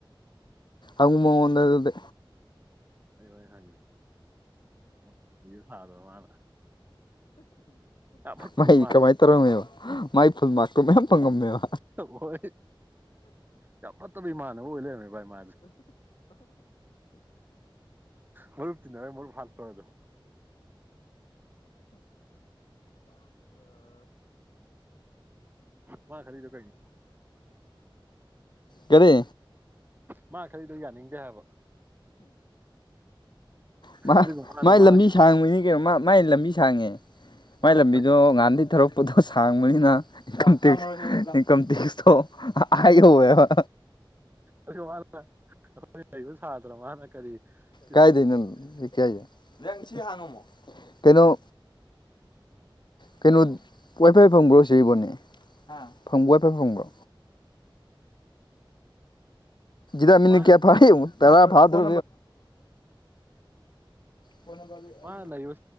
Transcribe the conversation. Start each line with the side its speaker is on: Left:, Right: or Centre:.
Left: ꯑꯗꯨꯕ ꯋꯥꯗꯗ
Right: ꯑꯩ ꯋꯥ ꯍꯪꯒꯦꯁꯨ ꯁꯥꯗꯕ ꯃꯥꯅ ꯌꯥꯝ ꯐꯠꯇꯕꯩ
Left: ꯃꯥꯏ
Right: ꯃꯥꯟ
Left: ꯀꯃꯥꯏ ꯇꯔꯕ ꯃꯥꯏ ꯐꯨꯜ ꯃꯥꯔꯛꯇꯣ ꯃꯌꯥꯝ ꯐꯪꯉꯝꯃꯦꯕ
Right: ꯍꯣꯏ ꯌꯥꯝ ꯐꯠꯇꯕ ꯏꯃꯥꯟꯅꯕ ꯑꯣꯏ ꯂꯩꯔꯝꯃꯦ ꯚꯥꯏ <inaudible> ꯃ ꯇꯅꯔꯦ ꯃ ꯐꯜ ꯇꯗ ꯃꯥ ꯈꯔꯤꯗꯦ ꯀꯥꯏ
Left: ꯀꯔꯤ
Right: ꯃꯥ ꯈꯔꯤꯗꯣ ꯌꯥꯅꯤꯡꯗꯦ ꯍꯥꯏꯕ
Left: ꯃꯥ
Right: ꯑꯗꯨꯒ ꯃꯥꯅ
Left: ꯃꯥꯏ
Right: ꯃꯥꯅ
Left: ꯂꯝꯕꯤ ꯁꯥꯡꯕꯅꯤ ꯀꯩꯅꯣ ꯃꯥ ꯃꯥꯏ ꯂꯝꯕꯤ ꯁꯥꯡꯉꯦ
Right: ꯃꯥꯅ
Left: ꯃꯥꯏ ꯂꯝꯕꯤꯗ ꯉꯥꯟꯙꯤ ꯊꯧꯔꯛꯄꯗꯣ ꯁꯥꯡꯕꯅꯤꯅ ꯏꯟꯀꯝ ꯇꯦꯛꯁ ꯏꯀꯝ ꯊ ꯁꯣ ꯍꯥꯏ ꯍ
Right: ꯑꯗꯨ ꯃꯥꯅ ꯑꯩꯈꯣꯏ ꯂꯩꯁꯨ ꯁꯥꯗ꯭ꯔ ꯃꯥꯅ ꯀꯔꯤ ꯏꯁ
Left: ꯀꯥꯏꯗꯅ ꯀꯌꯥ ꯀꯩꯅꯩꯅꯣ ꯀꯩꯅꯩꯅꯣ
Right: ꯀꯩꯅꯣ
Left: ꯍꯥꯏꯐꯦ ꯐꯪꯕ꯭ꯔꯣ ꯁꯤꯔꯤꯕꯣꯅꯤ ꯐꯪꯕꯣ ꯍꯥꯏꯏꯐꯦ ꯐꯪꯕ꯭ꯔꯣ ꯗꯃꯤꯅ
Right: ꯃꯥ
Left: ꯀꯌꯥ ꯐꯌꯦ ꯇꯔꯥ ꯐꯥꯗ꯭ꯔ ꯄꯨ ꯑ
Right: ꯃꯥꯅ ꯅꯌꯨ